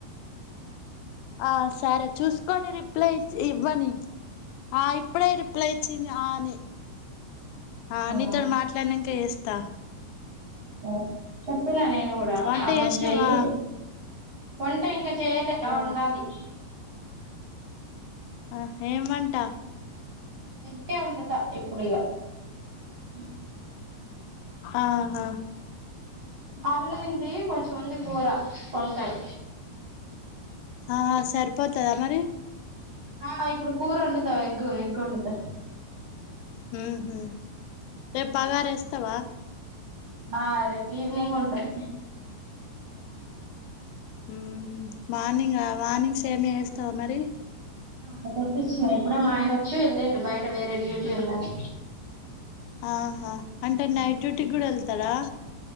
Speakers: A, on the left; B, on the right.
A: ఆ సరే చూసుకొని రిప్లై ఇవ్వని ఆ ఇప్పుడే రిప్లై ఇచ్చింది ఆనే ఆ
B: అవునా
A: నీతోడు మాట్లాడ్ నాకే ఇస్తా
B: సరే చెప్ చెప్పినా నేను కూడా
A: వంట
B: ఆ మజ్యాయి
A: చేసినవా
B: వంటా ఇంకా చేలే అ
A: ఆ
B: ఉండాలి
A: ఆ ఏమ్ వంటా
B: ఇప్పుడే ఉండుతా ఇప్పుడు ఇగా అ
A: ఆహా
B: అరునది కొంచెం వుంది పోరా పంకాయ్
A: ఆ సరిపోతదా మరి
B: ఆ ఇప్పుడు కూర వండుతా ఎక్కువ ఎక్కువ వండుతా
A: ఉహుమ్ రేపు బాగార్ ఎస్తావా
B: ఆ రేపు ఈవనింగ్ ఉంటది
A: ఉహుమ్ మార్నింగ్ మార్నింగ్ సేమియా ఎస్తావా మరి
B: ప్రపోజ్ చూపిచినయి ఇప్పుడ మా ఆయన వచ్చి వెళ్ళిండు బయట వేరే డ్యూటీ ఉందని
A: ఆహా అంట టే నైట్ డ్యూటీ కూడా వెళ్తారా